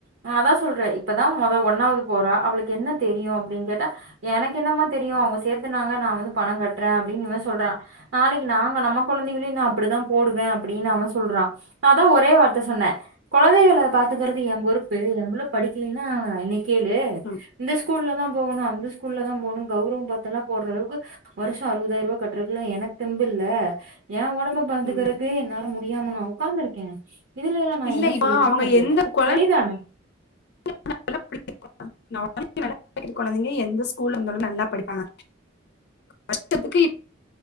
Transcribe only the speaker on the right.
நா அதா சொல்றே இப்பதா மொத ஒன்னாவது போறா அவளுக்கு என்ன தெரியு அப்டின் கேட்டா எனக்கென்னமா தெரியு அவங்க சே சேத்தனாங்க நா வந்து பணங்கட்றே அப்டின்னு இவ சொல்றா நாளைக்கி நாங்க நம்ம கொழந்தைகளையு நா இப்பிடிதா போடுவே அப்டின்னு அவே சொல்றா நா அதா ஒரே வார்த்த சொன்னே கொழந்தைகள பார்த் கிறது எம் பொறுப்பு எம்புள்ள படிக்கிலேன்னா என்னை கேளு
இந்த ஸ்கூல்ல தா போணு அந்த ஸ்கூல்ல தா போணுன் கௌரவோம் பாத்தெல்லா போடுற அளவுக்கு வருஷோ அறுவதாயிரூபா கட்றக்கில்லா எனக் தெம்புல்ல ஏ ஒடம்ப பாத்துக்கறதே
என்னால முடியாம நா உ உக்காந்துருக்கே இதுலயா நா
என்ன
செய்யறதுனு
நா கேட்டே
சரிதானே